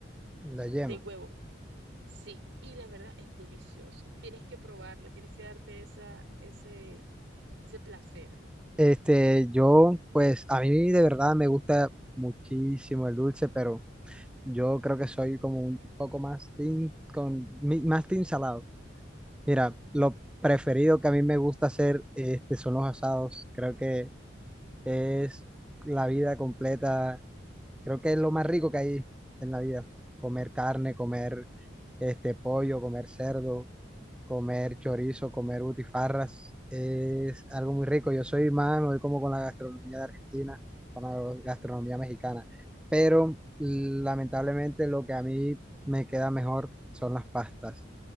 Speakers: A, in the centre; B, on the right.
A: la yema?
B: del huevo. Sí, y la verdad es delicioso. Tienes que probarlo, tienes que darte esa, ese, ese placer.
A: Este, yo, pues a mí de verdad me gusta muchísimo el dulce, pero yo creo que soy como un poco más team con mi- más team salado. Mira, lo preferido que a mí me gusta hacer este son los asados. Creo que es la vida completa Creo que es lo más rico que hay en la vida. Comer carne, comer este pollo, comer cerdo, comer chorizo, comer butifarras. Es algo muy rico. Yo soy más, me voy como con la gastronomía de Argentina, con la gastronomía mexicana. Pero lamentablemente lo que a mí me queda mejor son las pastas.